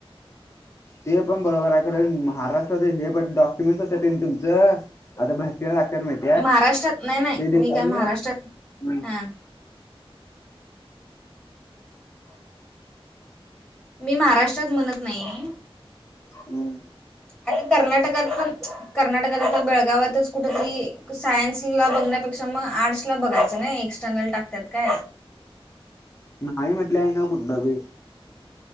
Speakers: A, on the left; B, in the centre.
A: ते पण बरोबर आहे कारण महाराष्ट्रात हे पण डॉक्युमेंट्स असत तुमचं आता भरतीला लागायला माहिती <unintelligible>
B: महाराष्ट्रात नाही नाही
A: ते देताना
B: मी काय महाराष्ट्रात
A: हम्म.
B: हा मी महाराष्ट्रात म्हणत नाही.
A: हम्म
B: आता कर्नाटकात पण कर्नाटकात बेळगावातच कुठ तरी सायन्स ला बघण्यापेक्षा मग आर्टस ला बघायचं ना एक्स्ट्र जंगल टाकतात काय
A: नाही म्हटलं आहे. ना कुठलं भ